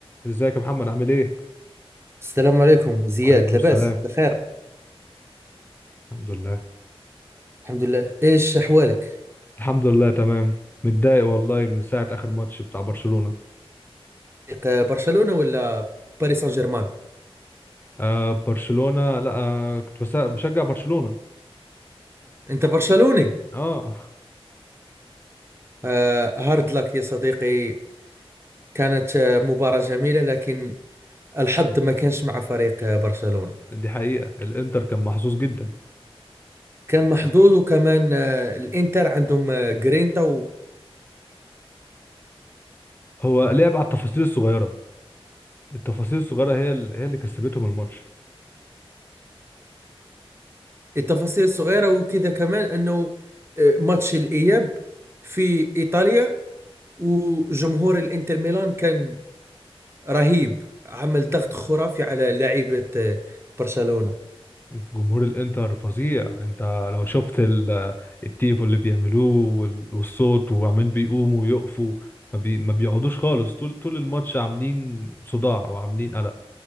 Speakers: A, on the left (about 20°); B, on the right (about 25°).
A: ازيك يا محمد عامل ايه؟
B: السلام عليكم زياد
A: وعليكم
B: لاباس
A: السلام
B: بخير
A: الحمد لله
B: الحمد لله ايش احوالك
A: الحمد لله تمام متضايق والله من ساعة آخر ماتش بتاع برشلونة
B: فريق برشلونة ولا باريس سان جيرمان
A: آه برشلونة لا آه كنت بس- بشجع برشلونة
B: انت برشلوني
A: اه
B: آه هارد لك يا صديقي كانت آه، مباراة جميلة لكن الحظ ما كانش مع فريق آه، برشلونة
A: <laughs> دي حقيقة الانتر كان محظوظ جدا
B: كان محظوظ وكمان آه، الانتر عندهم آه، جرينتا
A: هو لعب على التفاصيل الصغيرة التفاصيل الصغيرة هي ال- هي اللي كسبتهم الماتش
B: والتفاصيل الصغيرة وكذا كمان انه آه، ماتش الاياب في ايطاليا وجمهور الانتر ميلان كان رهيب عمل ضغط خرافي على لاعيبة آه، برشلونة
A: جمهور الانتر فظيع انت لو شفت ال- التيفو اللي بيعملوه وال- والصوت وعمالين بيقوموا ويقفوا ما, بي... ما بيقعدوش خالص طول طول الماتش عاملين صداع وعاملين قلق